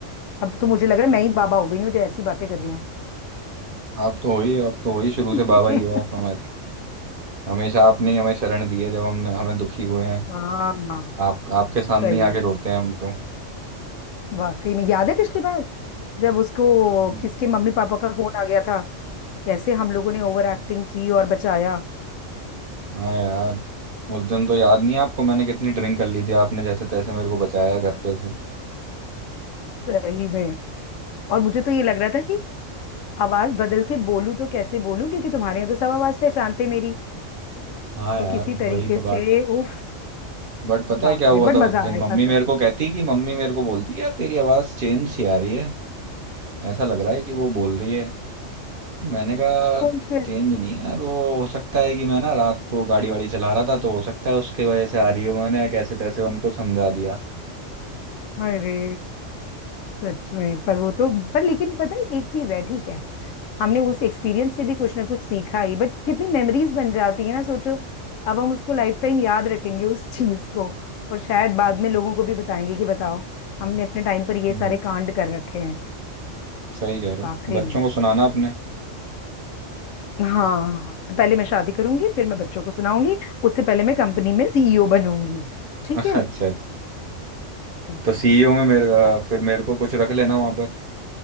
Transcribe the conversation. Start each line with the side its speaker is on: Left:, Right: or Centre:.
Left: अब तो मुझे लग रहा है मैं ही बाबा हो गई हूँ जो ऐसी बातें कर रही हूँ
Right: आप तो हो ही आप तो हो ही शुरू
Left: <laughs>
Right: से बाबा ही हो आप हमारी हमेशा आपने ही हमें शरण दी है जब हम हमें दुखी हुए हैं
Left: हाँ हाँ,
Right: आप आपके सामने
Left: सही
Right: ही
Left: में।
Right: आके रोते हैं हम तो
Left: वाकई में याद है पिछली बार जब उसको
Right: हम्म।
Left: किसके मम्मी पापा का फोन आ गया था कैसे हम लोगों ने ओवर एक्टिंग की और बचाया
Right: हाँ यार उस दिन तो याद नहीं है आपको मैंने कितनी ड्रिंक कर ली थी आपने जैसे तैसे मेरे को बचाया घर पे से
Left: सही में और मुझे तो ये लग रहा था कि आवाज बदल के बोलूं तो कैसे बोलूं क्योंकि तुम्हारे यहाँ तो सब आवाज पहचानते मेरी
Right: हाँ
Left: तो
Right: यार
Left: किसी तरीके
Right: वही तो
Left: से
Right: बात है
Left: उफ
Right: बट पता
Left: बाप
Right: है क्या हुआ
Left: रे बट
Right: था
Left: मजा
Right: उस दिन
Left: आया
Right: मम्मी
Left: था सच
Right: मेरे को कहती कि मम्मी मेरे को बोलती यार तेरी आवाज़ चेंज सी आ रही है ऐसा लग रहा है कि वो बोल रही है मैंने कहा
Left: Oh shit,
Right: गेंद नहीं यार वो हो सकता है कि मैं ना रात को गाड़ी वाड़ी चला रहा था तो हो सकता है उसके वजह से आ रही हो मैंने कैसे तैसे उनको समझा दिया
Left: अरे सच में पर वो तो पर लेकिन पता है एक चीज है ठीक है हमने उस एक्सपीरियंस से भी कुछ ना कुछ सीखा ही बट कितनी मेमोरीज बन जाती है ना सोचो अब हम उसको लाइफ टाइम याद रखेंगे उस चीज को और शायद बाद में लोगों को भी बताएंगे कि बताओ हमने अपने टाइम पर ये
Right: हम्म।
Left: सारे कांड कर रखे हैं
Right: सही कह रहे
Left: वाकई
Right: हो बच्चों
Left: में
Right: को सुनाना अपने
Left: हाँ तो पहले मैं शादी करूंगी फिर मैं बच्चों को सुनाऊंगी उससे पहले मैं कंपनी में सीईओ बनूंगी ठीक
Right: <laughs>
Left: है
Right: अच्छा अच्छा
Left: हाँ
Right: तो सीईओ में मेरे अ,
Left: अरे
Right: फिर मेरे को कुछ रख लेना वहां पर